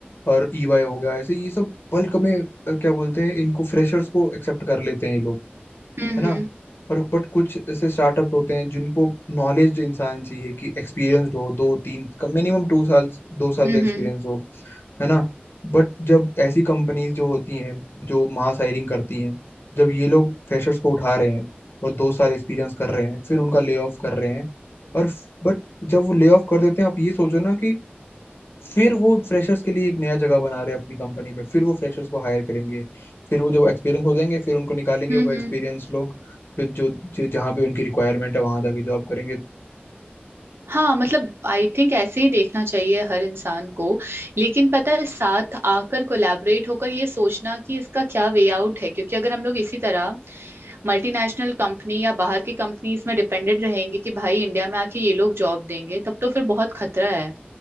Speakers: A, on the left (about 80°); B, on the right (about 80°).
A: और ईवाई हो गया ऐसे ये सब बल्क में अ, क्या बोलते हैं इनको फ्रेशर्स को एक्सेप्ट कर लेते हैं ये लोग
B: हम्म
A: है ना और बट कुछ ऐसे स्टार्टअप होते हैं जिनको नॉलेज इंसान चाहिए कि एक्सपीरियंसड हो दो तीन कम मिनिमम टू साल दो साल
B: हम्म
A: का एक्सपीरियंस
B: हम्म
A: हो है ना बट जब ऐसी कंपनीज जो होती हैं जो मास हायरिंग करती हैं जब ये लोग फ्रेशर्स को उठा रहे हैं और दो साल एक्सपीरियंस कर रहे हैं फिर उनका ले ऑफ कर रहे हैं और बट जब वो ले ऑफ कर देते हैं आप ये सोचो ना कि फिर वो फ्रेशर्स के लिए एक नया जगह बना रहे हैं अपनी कंपनी में फिर वो फ्रेशर्स को हायर करेंगे फिर वो जब एक्सपीरियंस हो जाएंगे फिर उनको निकालेंगे
B: हम्म
A: वो एक्सपीरियंस लोग फिर जो जो- जहाँ पे उनकी रिक्वायरमेंट है वहां जाके जॉब करेंगे
B: हाँ मतलब आई थिंक ऐसे ही देखना चाहिए हर इंसान को लेकिन पता है साथ आकर कोलैबोरेट होकर ये सोचना कि इसका क्या वे आउट है क्योंकि अगर हम लोग इसी तरह मल्टीनेशनल कंपनी या बाहर की कंपनीज में डिपेंडेंट रहेंगे कि भाई इंडिया में आके ये लोग जॉब देंगे तब तो फिर बहुत खतरा है